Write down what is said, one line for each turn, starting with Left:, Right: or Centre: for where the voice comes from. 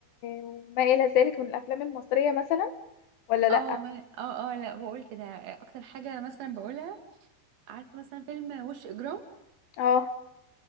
Left: وما الى ذلك من الافلام المصرية مثلا ولا لا
Right: اه ما- اه اه لا بقول كده اكتر حاجة مثلا بقولها عارفة مثلا فيلم وش اجرام
Left: اه